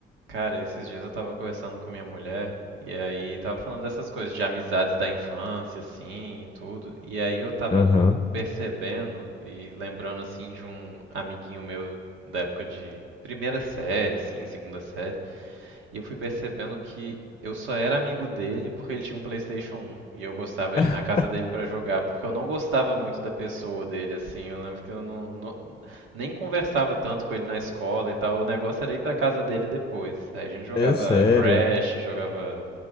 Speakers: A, on the right; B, on the left.
A: Cara, esses dias eu tava conversando com minha mulher e aí tava falando dessas coisas de amizades da infância, assim, e tudo. E aí eu tava
B: Aham.
A: percebendo e lembrando, assim, de um amiguinho meu da época de primeira série, assim, segunda série. E eu fui percebendo que eu só era amigo dele porque ele tinha um PlayStation 1 e eu gostava
B: <laughs>
A: de ir na casa dele pra jogar, porque eu não gostava muito da pessoa dele, assim. Eu lembro que eu não, não, nem conversava tanto com ele na escola e tal. O negócio era ir pra casa dele depois. Aí a gente jogava
B: É sério.
A: Crash, jogava